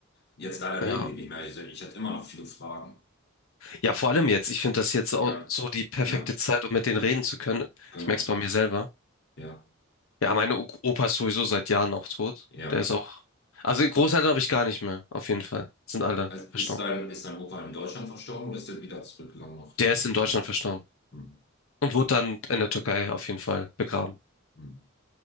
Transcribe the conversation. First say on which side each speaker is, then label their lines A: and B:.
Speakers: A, on the left; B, on the left.
A: Jetzt leider
B: Ja.
A: leben die nicht mehr. Ich, ich hatte immer noch viele Fragen.
B: Ja, vor allem jetzt. Ich finde das jetzt auch
A: Ja,
B: so die perfekte
A: ne?
B: Zeit, um mit denen reden zu können.
A: Genau.
B: Ich merke es bei mir selber.
A: Ja,
B: Ja, meine O- Opa ist sowieso seit Jahren auch tot.
A: ja.
B: Der ist auch. Also Großeltern habe ich gar nicht mehr, auf jeden Fall. Sind alle
A: Also
B: verstorben.
A: ist dein, ist dein Opa in Deutschland verstorben oder ist er wieder zurückgegangen nach,
B: Der
A: nach
B: ist in Deutschland
A: in die Türkei?
B: verstorben.
A: Hm.
B: Und wurde dann in der Türkei auf jeden Fall begraben.
A: Hm.